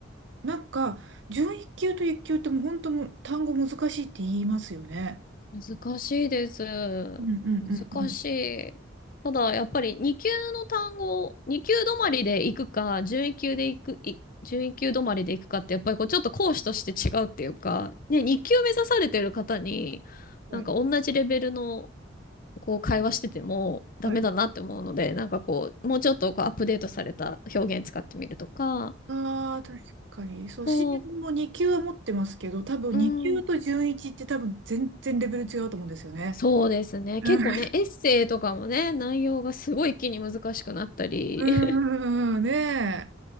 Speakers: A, on the right (about 65°); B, on the left (about 45°).
A: なんか、準一級と一級ってもう本当もう単語難しいって言いますよね。
B: 難しいです。
A: うんうんうんうん。
B: 難しい。ただ、やっぱり2級の単語、2級止まりで行くか、11級で行く、い1級止まりで行くかって、やっぱりこうちょっと講師として違うっていうか、ね、2級目指されてる方に、
A: はい。
B: なんか同じレベルのこう会話しててもダメだなって思うので、
A: はい。
B: なんかこう、もうちょっとこうアップデートされた表現使ってみるとか、
A: ああ、確かに。そう、
B: そ
A: 私も2級は持ってますけど、多分2級と準一って多分全然レベル違うと思うんですよね。
B: う、うん。そうですね。
A: うん
B: 結構ね、エッセイとかもね、内容がすごい一気に難しくなったり。
A: うんうんねえ。
B: <laughs>